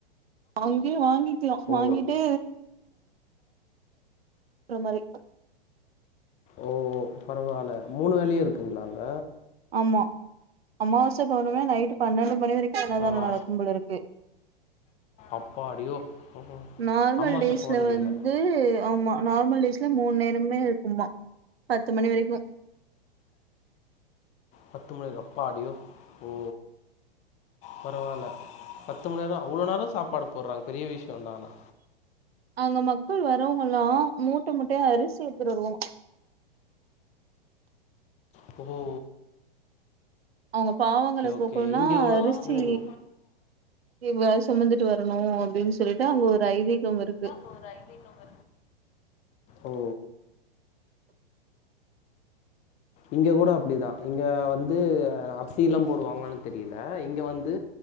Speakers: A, on the right (about 80°); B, on the left (about 25°).
A: அங்கே வாங்கிக்கலா
B: ஓ!
A: வாங்கிட்டு அப்றோ மாரி
B: ஓ பரவால மூணு வேலையு இருக்குங்களா அங்க
A: ஆமா அம்மாவாச பௌர்ணமா நைட்டு பன்னண்டு மணி வரைக்கூ அன்னதானோ
B: பரவா
A: நடக்கும் போல இருக்கு
B: அப்பாடியோ! ம்.
A: நார்மல்
B: அமாவாசை
A: டேஸ்ல
B: பௌர்ணமில
A: வந்து ஆமா நார்மல் டேஸ்ல மூண் நேரமே இருக்குமா பத்து மணி வரைக்கூ
B: பத்து மணிக்கா எப்பாடி ஓ பரவால்ல பத்து மண் நேரோ அவ்ளோ நேரோ சாப்பாடு போட்றாங் பெரிய விஷ்யோந்தா ஆனா
A: அங்க மக்கள் வரவங்கலா மூட்ட மூட்டையா அரிசி எத்துட்டு வருவாங்க
B: புதூ
A: அவங்க பாவங்கள
B: ஓகே
A: போக்கோனா
B: இங்க கூட
A: அரிசி
B: ம்
A: இவ சுமந்துட்டு வரணு அப்டின்னு சொல்லி தா அங்க ஒரு ஐதீகம் இருக்கு
B: <inaudible> ஓ இங்க கூட அப்டிதா இங்க வந்து வேற அர்சியெலா போடுவாங்காளானு தெரியல இங்க வந்து